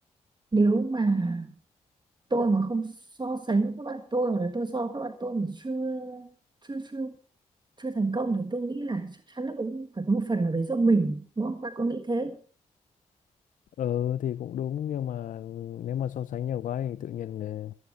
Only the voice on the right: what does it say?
nếu mà tôi mà không so sánh với các bạn tôi hoặc là tôi so với các bạn tôi mà chưa chưa chưa chưa thành công thì tôi nghĩ là chắc chắn là cũng phải có một phần nào đấy do mình đúng không bạn có nghĩ thế